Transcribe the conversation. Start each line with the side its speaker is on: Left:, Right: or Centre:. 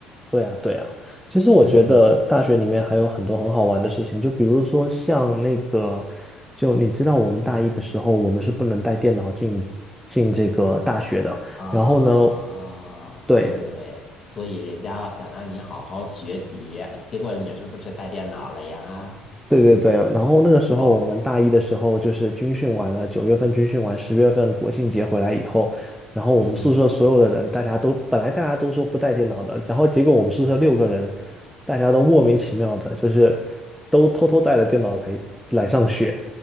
Centre: 对啊，对啊。其实我觉得大学里面还有很多很好玩的事情，
Left: 嗯
Centre: 就比如说像那个，就你知道我们大一的时候，我们是不能带电脑进进这个大学的。
Left: 啊，
Centre: 然后呢，对，
Left: 对，所以人家想让你好好学习，结果你是不是带电脑了呀？
Centre: 对对对，然后那个时候我们大一的时候就是军训完了，
Left: 哦，
Centre: 九月份军训完，十月份国庆节回来以后，然后我们宿舍所有的人，
Left: 嗯。
Centre: 大家都本来大家都说不带电脑的，然后结果我们宿舍六个人，大家都莫名其妙的，就是都偷偷带了电脑来来上学。